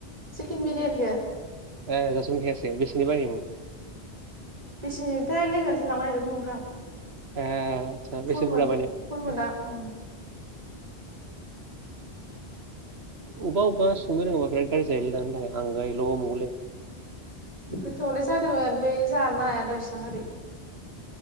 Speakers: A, on the right; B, on the right.
A: चिकेन बिरियनिखो
B: ओ बेसेननि बायोमोन
A: बेसेनिथाय लोगोसो लांनो नागिरदोंमोन नोंथां
B: ए आसा
A: फुलमोन
B: बेसे बुरजा बायनो हाखो
A: फुलमोनदां उम
B: अबेबा अबेबा संनो रोङोबा बिराद गाज्रि जायोलै दानो थाखाय आंगायल' नंगौलै
A: गोथावालाय जादोंमोन बै जानो हाया दा एसबां ओरै